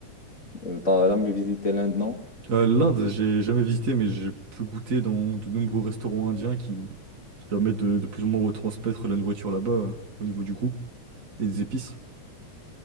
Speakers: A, on the left (about 25°); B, on the right (about 30°).
A: euh, T'as jamais visité l'Inde, non?
B: Euh, l'Inde, j'ai jamais visité, mais j'ai pu goûter dans de nombreux restaurants indiens qui, qui permettent de, de plus ou moins retransmettre la nourriture là-bas euh, au niveau du goût et des épices.